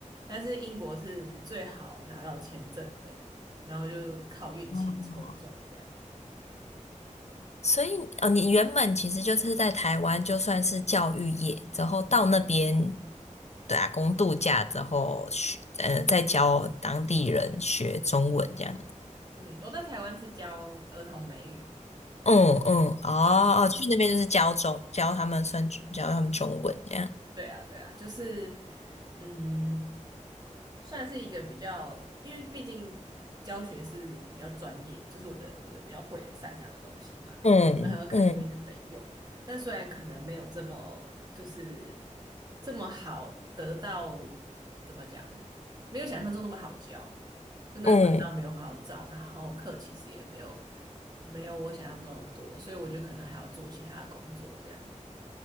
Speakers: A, on the right; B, on the left.
A: 但是英国是最好拿到签证的，然后就靠运气抽中这样。
B: 嗯，所以呃，你原本其实就是在台湾，就算是教育业，之后到那边打工度假之后学，呃，再教当地人学中文这样。
A: 嗯，我在台湾是教儿童美语，
B: 嗯嗯，哦哦，
A: 对啊。
B: 去那边就是教中教他们算教他们中文这样。
A: 对啊，对啊，就是，嗯，算是一个比较，因为毕竟教学是比较专业，就是我的我的比较会擅长的东西嘛，
B: 嗯嗯
A: 然后要看这边能不能用。但虽然可能没有这么就是这么好得到，怎么讲，没有想象中那么好教，就那个管道没有很好找，
B: 嗯，
A: 然后课其实也没有没有我想象中的多，所以我就可能还要做其他的工作这样。